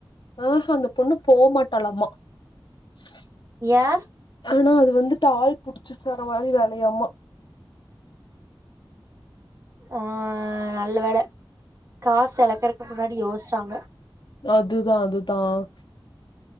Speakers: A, on the left; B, on the right.
A: ஆ அந்த பொண்ணு போ மாட்டாளாம்மா ச
B: ஏன்
A: ஆனா அது வந்துட்டு ஆள் புடிச்சு தர மாரி வேலையாமா
B: ஒ நல்ல வேல காசு இழ்கறக்கு முன்னாடி யோசிச் சாங்க
A: அதுதான் அதுதான்